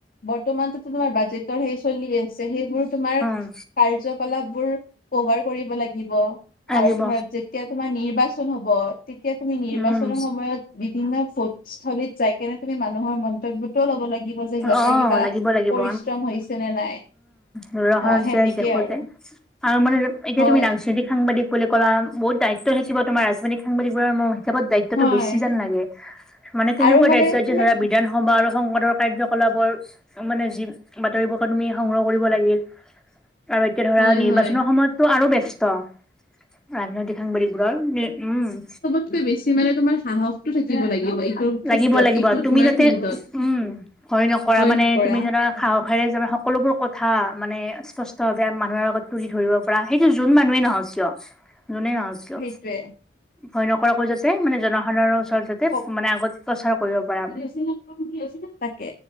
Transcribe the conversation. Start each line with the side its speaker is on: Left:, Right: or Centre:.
Left: বৰ্তমানতটো তোমাৰ বাজেটৰ সে চলি আছে, সেই মোৰ তোমাৰ,
Centre: অ
Left: কাৰ্যকলাপ বোৰ কভাৰ কৰিব লাগিব,
Centre: লাগিব
Left: আৰু ধৰা যেতিয়া তোমাৰ নিৰ্বাচন হব, তেতিয়া তুমি নিৰ্বাচনৰ
Centre: উম
Left: সময়ত বিভিন্ন ফোটস্থলীত যাই কেনে তুমি মানুহৰ মন কৰ্তব্যতও ল'ব লাগিব যে, সিহঁতৰ
Centre: অ
Left: কিবা
Centre: লাগিব লাগিব
Left: পৰিশ্ৰম হৈছে নে নাই?
Centre: দৰ্শনত
Left: অ সেনেকে
Centre: যে দেখো
Left: আৰু
Centre: যে আৰু মানে এতিয়া
Left: হয়
Centre: তুমি ডাংসৃতিক সাংবাদিক বুলি ক'লা, বহুত দায়িত্ব থাকিব তোমাৰ। ৰাজজনিক সাংবাদিকবোৰৰ মই হিচাপত দায়িত্বতটো
Left: হয়
Centre: বেছি যেন লাগে? মানে কেনেকুৱা
Left: আৰু মানে
Centre: দায়িত্ব
Left: তোমাৰ
Centre: যে ধৰা হ'ব আৰু সংবাদৰ কাৰ্যকলাপৰ মানে যি বাতৰিবোৰ তুমি সংগ্ৰহ কৰিব লাগিল। আৰু এতিয়া ধৰা
Left: হয়
Centre: নিৰ্বাচনৰ
Left: হয়
Centre: সময়তটো আৰু ব্যস্ত। ৰাজনৈতিক সাংবাদিক বোৰৰ, উম।
Left: কৈ বেছি মানে তোমাৰ সাহসতটো থাকিব লাগিব। এইটোৰ ক্ষেত্ৰত
Centre: লাগিব লাগিব,
Left: এইটো
Centre: তুমি
Left: তোমাৰ
Centre: যাতে
Left: ফিল্ডত
Centre: উম ভয় নকৰা,
Left: হয়
Centre: মানে
Left: নকৰা
Centre: তুমি জানা খাহখেৰে যে সকলোবোৰ কথা মানে স্পষ্ট, যে মানুহৰ আগত তুলি ধৰিব পৰা, সেইটো যোন মানুহে নহও চিয়। যোনে নহওঁক চিয়।
Left: সেইটোৱে
Centre: ভয় নকৰাকৈ যাতে মানে জনসাধাৰণৰ ওচৰত যাতে,
Left: কপ
Centre: মানে আগত প্ৰচাৰ কৰিব পাৰা।
Left: <unintelligible> তাকে